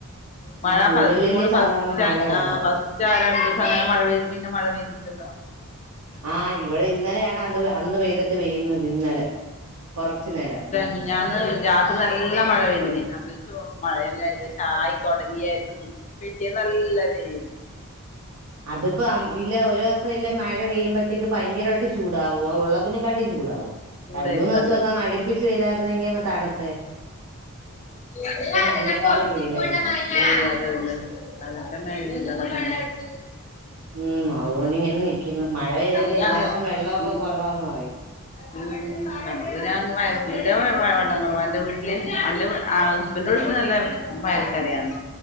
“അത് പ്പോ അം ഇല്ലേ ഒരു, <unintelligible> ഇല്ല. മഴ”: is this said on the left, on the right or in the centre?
Right